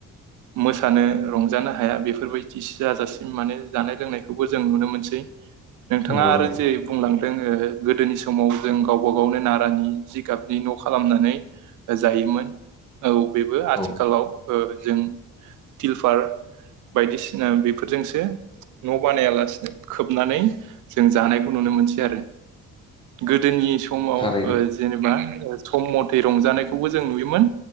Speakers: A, on the right; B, on the left.
A: मोसानो रंजानो हाया बेफोरबायदिस जाजासिम माने जानाय लोंनायखौबो जों नुनो मोनसै नोंथाङा
B: नंगौ
A: आरो
B: नोंथां
A: जे बुंलां दों ओ गोदोनि समाव जों गावबा गावनो नारानि जिगाबनि न' खालामनानै जायोमोन औ बेबो आथिखालाव
B: औ
A: ओ जों टिलफार बायदिसिना बेफोरजोंसो न' बानायालासिनो खोबनानै जों जानायखौ नुनो मोनसै आरो गो दोनि समाव
B: थारैनो
A: ओ जेनेबा ओ सम मथै रंजानाय खौबो जों नुयोमोन